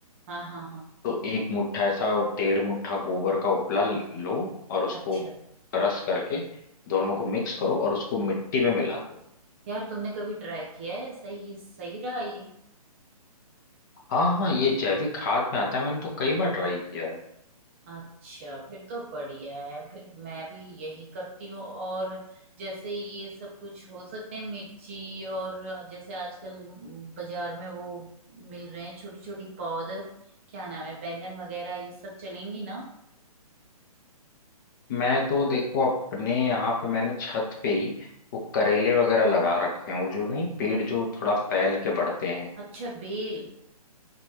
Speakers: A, on the right; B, on the left.
A: हाँ हाँ हाँ
B: तो एक मुट्ठा ऐसा डेढ़ मुट्ठा गोबर का उपला लो और उसको
A: अच्छा
B: क्रश करके दोनों
A: हम्म
B: को मिक्स करो और उसको मिट्टी में मिला दो
A: यार तुमने कभी ट्राई किया है सही सही रहा ये
B: हाँ हाँ ये जैविक खाद में आता है मैंने तो कई बार ट्राई किया है
A: अच्छा फिर तो बढ़िया है फिर मैं भी यही करती हूँ और जैसे ये सब कुछ हो सकते हैं मिर्ची और जैसे आजकल बाजार में वो मिल रहे हैं छोटी छोटी पौध क्या नाम है बैंगन वगैरह ये सब चलेंगी ना
B: मैं तो देखो अपने यहाँ पे मैंने छत पे ही वो करेले वगैरह लगा रखे हैं वो जो नहीं पेड़ जो थोड़ा फैल के बढ़ते हैं
A: अच्छा बेल